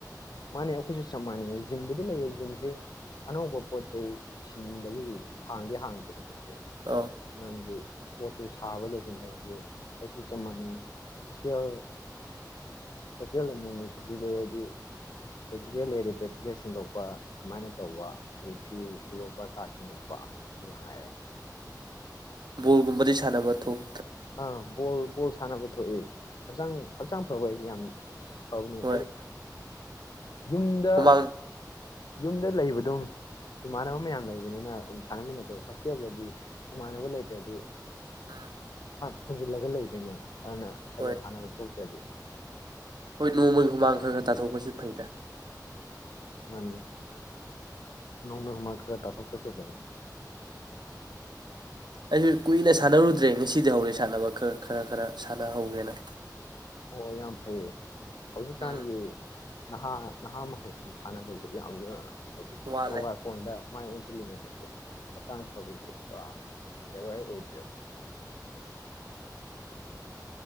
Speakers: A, on the left; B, on the right.
A: ꯃꯥꯅꯦ ꯑꯩꯈꯣꯏꯁꯨ ꯆꯞ ꯃꯥꯟꯅꯩ ꯖꯤꯝꯕꯨꯗꯤ ꯂꯩꯌꯦ ꯖꯤꯝꯁꯤ ꯑꯅꯧꯕ ꯄꯣꯠꯆꯩ ꯁꯤꯟꯕꯒꯤ ꯍꯥꯡꯗꯤ ꯍꯥꯡꯗꯦ ꯍꯧꯖꯤꯛ
B: ꯑꯥ
A: ꯃꯔꯝꯗꯤ ꯄꯣꯠꯇꯨ ꯁꯥꯕ ꯂꯣꯏꯁꯤꯟꯗꯕꯒꯤ ꯑꯩꯁꯨ ꯆꯞ ꯃꯥꯟꯅꯩ ꯍꯣꯁꯇꯦꯜ ꯍꯣꯁꯇꯦꯜꯗ ꯅꯣꯡꯃꯒꯤ ꯁꯨꯇꯤ ꯂꯩ ꯍꯥꯏꯗꯤ ꯄ꯭ꯔꯦꯛꯇꯤꯀꯦꯜ ꯂꯩꯔꯦ ꯄ꯭ꯔꯦꯛꯇꯤꯀꯦꯜ ꯁꯤꯟꯗꯣꯛꯄ ꯁꯨꯃꯥꯏꯅ ꯇꯧꯕ ꯑꯩ ꯐꯤ ꯁꯨꯗꯣꯛꯄ ꯀꯥ ꯁꯦꯡꯗꯣꯛꯄ ꯁꯤ ꯃꯉꯥꯏꯔꯦ
B: ꯕꯣꯜꯒꯨꯝꯕꯗꯤ ꯁꯥꯟꯅꯕ ꯊꯣꯛ
A: ꯑ ꯕꯣꯜ ꯕꯣꯜ ꯁꯥꯟꯅꯕ ꯊꯣꯛꯑꯦ ꯍꯛꯆꯥꯡ ꯍꯛꯆꯥꯡ ꯐꯕ ꯍꯥꯏꯁꯦ ꯌꯥꯝ ꯐꯕꯅꯤ
B: ꯍꯣꯏ
A: ꯍꯥꯏꯗꯤ ꯌꯨꯝꯗ
B: ꯍꯨꯃꯥꯡ
A: ꯌꯨꯝꯗ ꯂꯩꯕ ꯑꯗꯨꯝ ꯏꯃꯥꯟꯅꯕ ꯃꯌꯥꯝ ꯂꯩꯕꯅꯤꯅ ꯑꯗꯨꯝ ꯁꯥꯟꯅꯃꯤꯟꯅꯠꯇꯕ ꯍꯣꯁꯇꯦꯜꯗꯗꯤ ꯏꯃꯥꯟꯅꯕ ꯂꯩꯇ꯭ꯔꯗꯤ
B: ꯑꯝ
A: ꯐꯨꯟꯖꯤꯜꯂꯒ ꯂꯩꯗꯣꯏꯅꯦꯕ ꯑꯗꯨꯅ ꯈꯔ
B: ꯍꯣꯏ
A: ꯈꯔ ꯁꯥꯟꯅꯕ ꯊꯣꯛ ꯍꯥꯏꯗꯤ
B: ꯍꯣꯏ ꯅꯣꯡꯃꯒꯤ ꯍꯨꯃꯥꯡ ꯈꯔ ꯈꯔ ꯇꯥꯊꯣꯛꯄꯁꯤ ꯐꯩꯗ
A: ꯃꯥꯅꯤ ꯅꯣꯡꯃ ꯍꯨꯃꯥꯡ ꯈꯔ ꯇꯥꯊꯣꯛꯄꯁꯤ ꯐꯩ
B: ꯑꯩꯁꯨ ꯀꯨꯏꯅ ꯁꯥꯟꯅꯔꯨꯗ꯭ꯔꯦ ꯉꯁꯤꯗꯤ ꯍꯧꯔꯦ ꯁꯥꯟꯅꯕ ꯈꯔ ꯈꯔ ꯁꯥꯟꯅꯍꯧꯒꯦꯅ
A: ꯑꯣ ꯌꯥꯝ ꯐꯩꯌꯦ ꯍꯧꯖꯤꯛꯀꯥꯟꯒꯤ
B: ꯎꯝ
A: ꯅꯍꯥ ꯅꯍꯥ ꯃꯈꯩꯁꯨ ꯁꯥꯟꯅꯕꯁꯤ ꯌꯥꯝꯅ ꯍꯥꯏꯗꯤ
B: ꯋꯥꯠꯂꯦ
A: ꯃꯣꯕꯥꯏꯜ ꯐꯣꯟ ꯃꯥꯏ ꯑꯣꯟꯁꯤꯜꯂꯤꯉꯦꯅꯀꯣ ꯍꯛꯆꯥꯡ ꯐꯕꯁꯦ ꯄꯨꯔꯥ ꯑꯦꯋꯥꯏꯔ ꯑꯣꯏꯗꯦꯕ